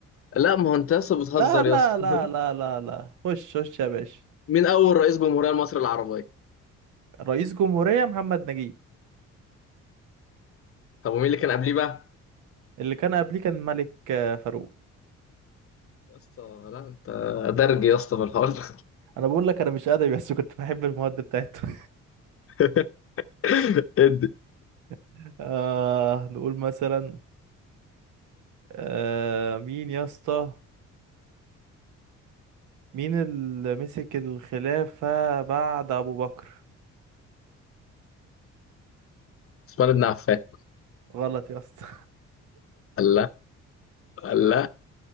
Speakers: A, on the left (about 45°); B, on the right (about 85°).
A: لا ما هو انت يا اسطى بتهزر
B: لا لا
A: يا اسطى
B: لا لا
A: <laughs>
B: لا لا خش خش يا باشا
A: مين اول رئيس جمهورية مصر العربية
B: رئيس جمهورية محمد نجيب
A: طب ومين اللي كان قبليه بقى
B: اللي كان قبليه كان ملك آه، فاروق
A: يا اسطى لا انت درج يا اسطى في الحوار ده
B: انا بقول لك انا مش ادبي بس كنت بحب المواد بتاعته
A: <laughs> ادي
B: <laughs> آه نقول مثلا آه مين يا اسطى مين اللي مسك الخلافة بعد ابو بكر
A: عثمان بن عفان
B: غلط يا اسطى
A: الله الله